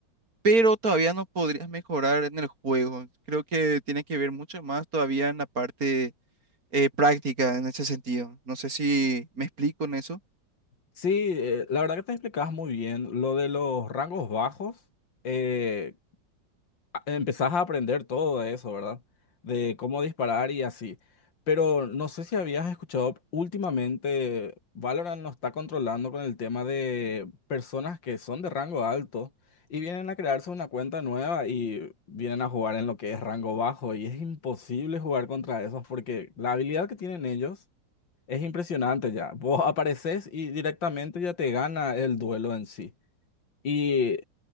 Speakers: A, on the right (about 50°); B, on the left (about 85°).
A: pero todavía no podrías mejorar en el juego. Creo que tiene que ver mucho más todavía en la parte eh, práctica en ese sentido. No sé si me explico en eso.
B: Sí, eh, la verdad que te explicabas muy bien lo de los rangos bajos. eh, a- empezás a aprender todo de eso, ¿verdad? De cómo disparar y así. Pero no sé si habías escuchado últimamente, Valorant nos está controlando con el tema de personas que son de rango alto y vienen a crearse una cuenta nueva y vienen a jugar en lo que es rango bajo y es imposible jugar contra esos porque la habilidad que tienen ellos es impresionante ya. Vos apareces y directamente ya te gana el duelo en sí. Y